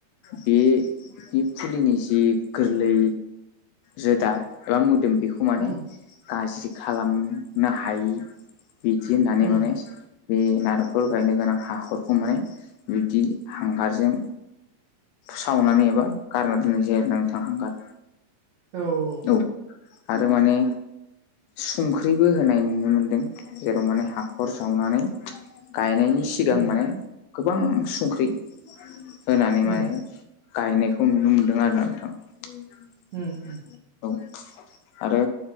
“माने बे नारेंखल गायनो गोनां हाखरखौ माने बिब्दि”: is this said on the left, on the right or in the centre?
Left